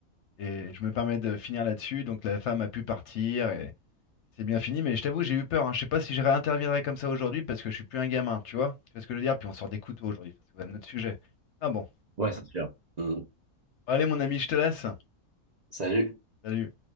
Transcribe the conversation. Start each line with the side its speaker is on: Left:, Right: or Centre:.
Left: Et je me permets de finir là-dessus. Donc, la femme a pu partir. C'est bien fini, mais je t'avoue, j'ai eu peur. hein. Je sais pas si je réinterviendrai comme ça aujourd'hui parce que je suis plus un gamin, tu vois? Tu vois ce que je veux dire? Puis on sort des couteaux aujourd'hui, ça c'est quand même notre sujet. Ah bon.
Right: Ouais, c'est sûr. Mm.
Left: Bon, Allez, mon ami, je te laisse.
Right: Salut.
Left: Salut.